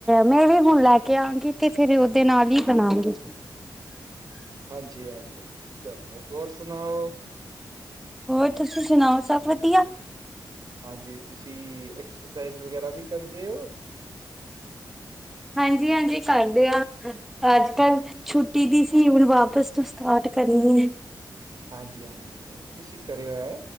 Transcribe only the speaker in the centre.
ਮੈਂ ਵੀ ਹੁਣ ਲੈ ਕੇ ਆਵਾਂਗੀ ਤੇ ਫੇਰ ਉਹਦੇ ਨਾਲ ਹੀ ਬਨਾਗੀ।
ਹੋਰ ਤੁਸੀਂ ਸੁਨਾਓ ਸਭ ਵਧੀਆ?
ਹਾਂਜੀ, ਹਾਂਜੀ ਕਰਦੇ ਹਾਂ ਅੱਜ ਕੱਲ ਛੁੱਟੀ ਦੀ ਸੀ ਹੁਨ ਵਾਪਸ ਤੋਂ ਸਟਾਰਟ ਕਰਨੀ ਏ